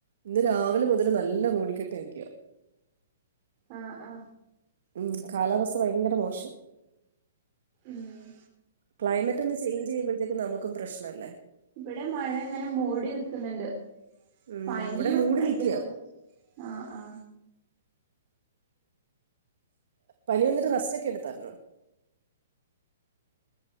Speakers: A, on the right (about 70°); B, on the right (about 40°).
A: ഇന്ന് രാവിലെ മുതല് നല്ല മൂടിക്കെട്ടി നിക്കുവ
B: ആ ആ
A: ഉം കാലാവസ്ഥ ഭയങ്കര മോശം
B: ഉം
A: ക്ലൈമറ്റ് ഒന്ന് ചേഞ്ച് ചെയ്യുമ്പോഴത്തേക്കും നമുക്കും പ്രശ്നല്ലേ
B: ഇവിടെ മഴ ഇങ്ങനെ മൂടി നിക്ക്ന്ന്ണ്ട്
A: ഉം
B: പനിയും
A: ഇവിടെ മൂടി
B: അയ്ന്റെ
A: നിൽക്കുക
B: കൂടെ ആ ആ
A: പനി വന്നിട്ട് റസ്റ്റ് ഒക്കെ എടുത്തായിരുന്നോ